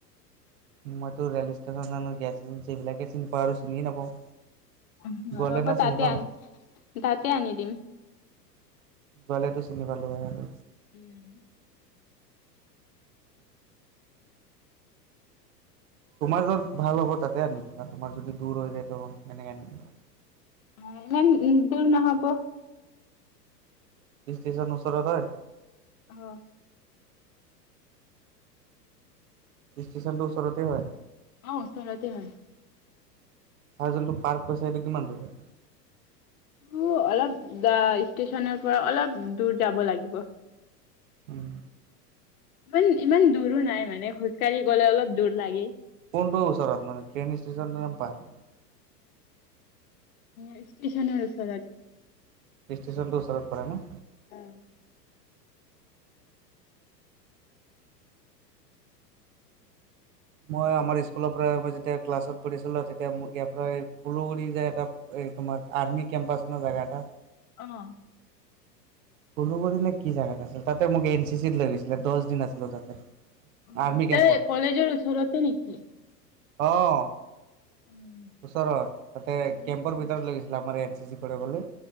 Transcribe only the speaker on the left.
অ
হ'ব
তাতে
আনি তাতে আনি দিম।
উম।
অ ইমান দূৰ নহ'ব।
অঁ।
অঁ ওচৰতে হয়।
সেইটো অলপ ষ্টেচনৰ পৰা অলপ দূৰ যাব লাগিব।
ইমান ইমান দূৰো নাই মানে খোজ কাঢ়ি গ'লে অলপ দূৰ লাগে।
এ ষ্টেচনৰ ওচৰত।
উম
অঁ।
অ
তাৰ
কলেজৰ ওচৰতে নেকি?
উম
উম